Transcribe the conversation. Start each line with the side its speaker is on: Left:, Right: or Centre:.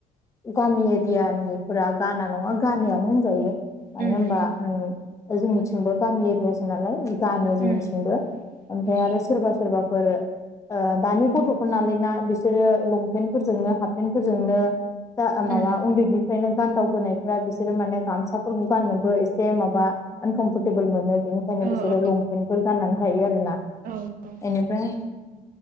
Left: गामि एरियानिफोरा गाना नङा गानैआनो होनजायो मानो
Right: उम
Left: होनबा जोंनिथिंबो गामि एरियासो नालाय गानो
Right: उम
Left: जोंनिथिंबो ओमफ्राय
Right: उम
Left: आरो सोरबा सोरबाफोर ओ दानि गथ'फोर नालाय ना बिसोरो लंपेन्टफोरजोंनो हाफपेन्टफोरजोंनो दा आ माबा
Right: उम
Left: उन्दै उन्दैनिफ्रायनो गानदावबोनायफ्रा बिसोरो माने गामसाफोरखौ गाननोबो एसे माबा आनकमफर्टेबोल मोनो बेनिखायनो
Right: औ
Left: बिसोरो
Right: औ
Left: लंपेन्टफोर गाननानै थायो आरोना
Right: औ औ
Left: ओनिफ्राय